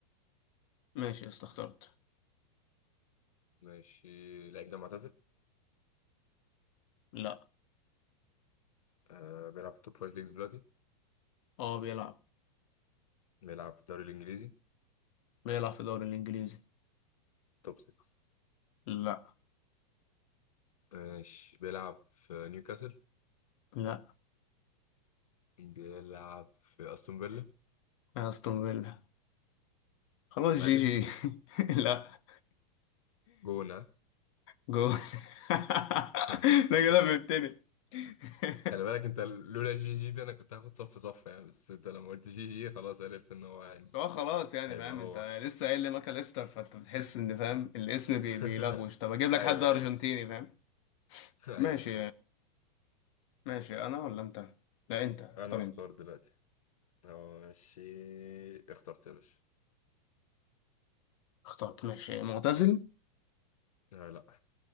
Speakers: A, on the left (about 55°); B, on the left (about 70°).
A: ماشي يا اسطى اخترت
B: ماشي لعيب ده معتزل
A: لا
B: آه بيلعب في توب فايف ليجز دلوقتي
A: اه بيلعب
B: بيلعب في الدوري الإنجليزي
A: بيلعب في الدوري الانجليزي
B: توب 6
A: لا
B: ماشي بيلعب في نيوكاسل
A: لا
B: بيلعب في أستون فيلا
A: استون فيلا خلاص
B: مهاجم
A: جي جي <laughs> لا
B: جونة
A: جول <laughs>
B: <laughs>
A: ده كده فهمتني <laughs>
B: خلي بالك انت لولا جي جي دي انا كنت هاخد صف صف يعني بس انت لما قلت جي جي خلاص عرفت ان هو يعني
A: بس هو خلاص يعني
B: هيبقى
A: فاهم
B: هو
A: انت لسه قايل لي ماكاليستر فانت بتحس ان فاهم الاسم بي
B: <laughs>
A: بيلغوش طب اجيب لك
B: ايوه
A: حد ارجنتيني
B: ايوه
A: فاهم
B: <laughs> ايوه
A: ماشي ماشي انا ولا انت لا انت اختار
B: انا اختار
A: انت
B: دلوقتي ماشي اخترت يا باشا
A: اخترت ماشي معتزل
B: آه لا